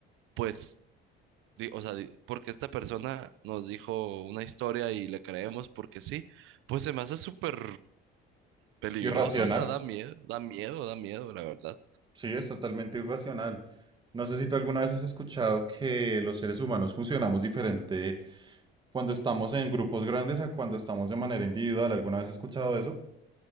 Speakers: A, on the right; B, on the right.
A: pues, di- o sea, di- porque esta persona nos dijo una historia y le creemos porque sí. Pues se me hace súper Peligrosos,
B: Irracional,
A: o sea, da miedo, da miedo, da miedo, la verdad.
B: sí, es totalmente irracional. No sé si tú alguna vez has escuchado que los seres humanos funcionamos diferente cuando estamos en grupos grandes a cuando estamos de manera individual. ¿Alguna vez has escuchado eso?